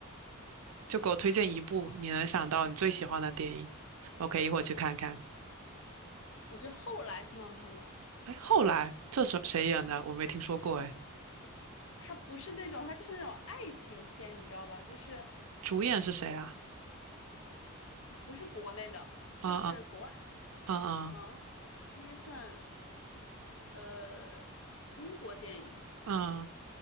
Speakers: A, on the right (about 80°); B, on the left (about 60°).
A: 就给我推荐一部你能想到你最喜欢的电影，我可以一会儿去看看。
B: 我觉得后来挺好看的。
A: 哎，后来这是谁演的？我没听说过。哎，
B: 它不是那种，它就是那种爱情片，你知道吧？就是
A: 主演是谁啊？
B: 不是国内的，它是国外的，
A: 啊啊啊
B: 嗯，它应该算呃英国电影，
A: 啊啊！